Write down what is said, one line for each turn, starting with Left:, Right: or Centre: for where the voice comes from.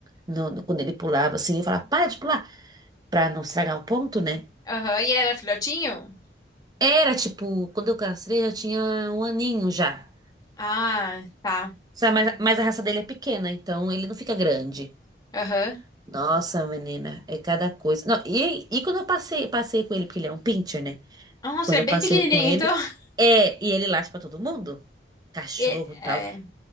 Right: No- no- quando ele pulava assim, eu falava, para de pular, pra não estragar o ponto, né?
Left: Aham. E ele era filhotinho?
Right: Era tipo, quando eu castrei já tinha um aninho já.
Left: Ah, tá.
Right: Sabe, mas, mas a raça dele é pequena, então ele não fica grande.
Left: Aham.
Right: Nossa, menina, é cada coisa. Não, e, e quando eu passei, passei com ele, porque ele é um pincher, né?
Left: Nossa,
Right: Quando
Left: ele
Right: eu
Left: é bem
Right: passei
Left: pequenininho,
Right: com ele,
Left: então. <laughs>
Right: é, e ele late pra todo mundo. Cachorro,
Left: E-
Right: tal.
Left: É,